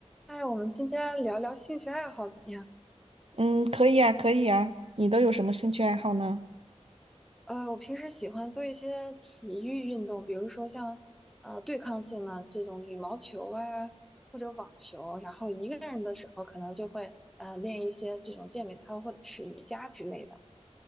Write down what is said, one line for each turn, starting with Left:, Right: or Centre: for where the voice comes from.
Centre: 哎，我们今天聊聊兴趣爱好怎么样？
Right: 嗯，可以啊，可以啊。你都有什么兴趣爱好呢？
Centre: 呃，我平时喜欢做一些体育运动，比如说像呃对抗性的这种羽毛球啊，或者网球。然后一个人的时候，可能就会呃练一些这种健美操或者是瑜伽之类的。